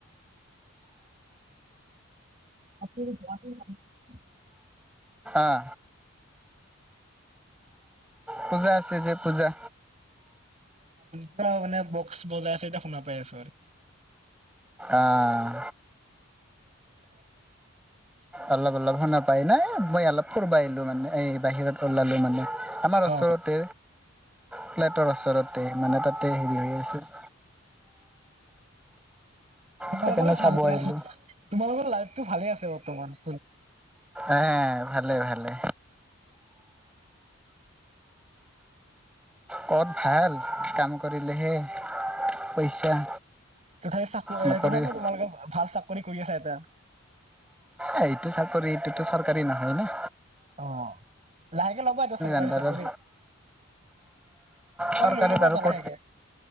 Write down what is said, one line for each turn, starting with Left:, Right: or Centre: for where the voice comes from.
Right: <unintelligible>
Centre: আহ। পূজা আছে যে পূজা।
Right: পুৰা মানে বক্স বজাই আছে যে শুনা পাই আছো আৰু।
Centre: আহ। অলপ অলপ শুনা পাই নাই, মই অলপ ফুৰবা আহিলো মানে এই বাহিৰত ওলালো মানে। আমাৰ
Right: অ
Centre: ওচৰতে ফ্লেটৰ ওচৰতে মানে তাতে হেৰি হৈ আছে। <inaudible>
Right: তোমালোকৰে
Centre: সেইকাৰণে
Right: ভাল
Centre: চাব
Right: দিয়া,
Centre: আহিলো
Right: তোমালোকৰ লাইফটো ভালে আছে বৰ্তমান।
Centre: এহ, ভালে ভালে। ক'ত ভাল, কাম কৰিলেহে পইচা।
Right: তথাপি চাকৰি,
Centre: নকৰি
Right: তথাপি
Centre: এ
Right: তোমালোকে ভাল চাকৰি কৰি আছা এতিয়া।
Centre: সেইটো চাকৰি এইটোতো চৰকাৰী নহয় ন।
Right: অ' লাহেকে ল'বা এটা চৰকাৰী
Centre: আণ্ডাৰৰ
Right: চাকৰি।
Centre: চৰকাৰী
Right: লৈ ল'বা
Centre: আৰু
Right: এটা
Centre: <unintelligible>
Right: লাহেকে।